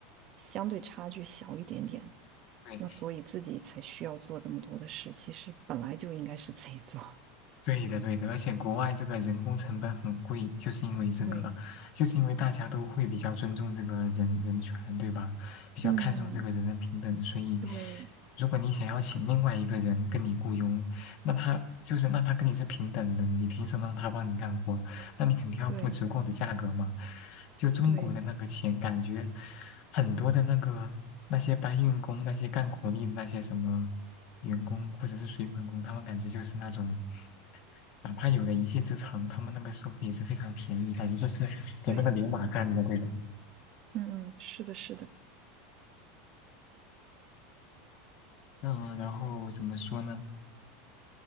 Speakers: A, on the right; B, on the left.
A: 相对差距小一点点，
B: 对。
A: 那所以自己才需要做这么多的事。其实本来就应该是自己做。<laughs>
B: 对的，对的，而且国外这个人工成本很贵，就是因为这个，
A: 对，
B: 就是因为大家都会比较尊重这个人人权，对吧？比较看重这个人人平等，
A: 嗯，
B: 所以
A: 对
B: 如果你想要请另外一个人跟你雇佣，那他就是那他跟你是平等的，你凭什么让他帮你干活？那你肯定要付足够的价格嘛。
A: 对
B: 就中国的那个钱，
A: 对
B: 感觉很多的那个那些搬运工、那些干苦力的那些什么员工或者是水管工，他们感觉就是那种。哪怕有了一技之长，他们那个收费也是非常便宜，感觉就是给那个牛马干的，
A: 对，
B: 对的。
A: 嗯嗯，是的，是的。
B: 嗯，然后怎么说呢？